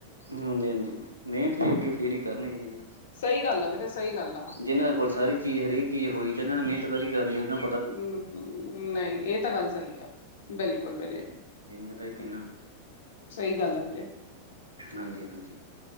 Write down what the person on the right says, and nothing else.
ਹਾਂਜੀ, ਹਾਂਜੀ ਮੇਨਤ ਵੀ ਅੱਗੇ ਫੇਰ ਈ ਕਰਨਗੇ ਜੀ।
ਜਿਨਾਂ ਦੇ ਕੋਲ ਸਾਰੀ ਚੀਜ ਹਰੇਕ ਚੀਜ ਹੋਈ ਤਾਂ ਏਨਾਂ ਨੇ ਮੈਨਤ ਕਾਦੀ ਕਰਨੀ ਓਨਾਂ
ਏ ਮੈਤਾ ਐਈ ਕੇਨਾ।
ਹਾਂਜੀ, ਹਾਂਜੀ।